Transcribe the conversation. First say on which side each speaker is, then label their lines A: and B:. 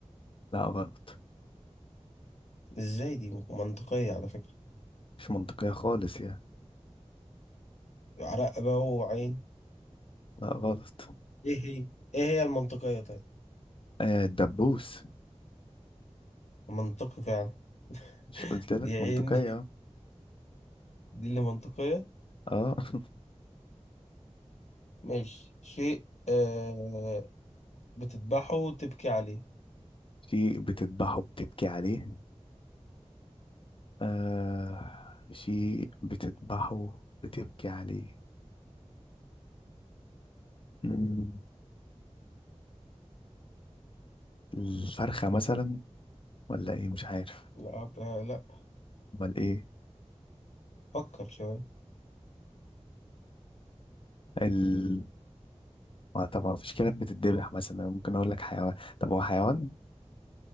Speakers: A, on the left (about 50°); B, on the left (about 75°).
A: لا غلط
B: ازاي دي منطقية على فكرة
A: مش منطقية خالص يعني
B: رقبة وعين
A: لا غلط
B: ايه هي ايه هي المنطقية طيب
A: آه الدبوس
B: منطقي فعلا
A: مش
B: <laughs>
A: قلت لك
B: دي عين
A: منطقية
B: <laughs> دي اللي منطقية
A: اه <laughs>
B: ماشي شيء آه... بتذبحه وتبكي عليه
A: شيء بتذبحه بتبكي عليه آه شيء بتذبحه بتبكي عليه مم. الفرخة مثلا ولا ايه مش عارف
B: لا آه... لا
A: امال ايه
B: فكر شوية
A: ال ما طبعا مفيش كلاب بتتذبح مثلا أنا ممكن اقول لك حيوان طب هو حيوان